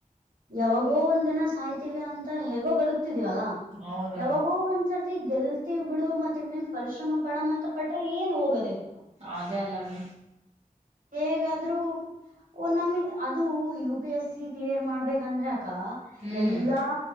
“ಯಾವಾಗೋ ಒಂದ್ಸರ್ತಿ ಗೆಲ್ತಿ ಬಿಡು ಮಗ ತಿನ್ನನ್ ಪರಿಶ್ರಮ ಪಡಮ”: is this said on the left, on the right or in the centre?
Right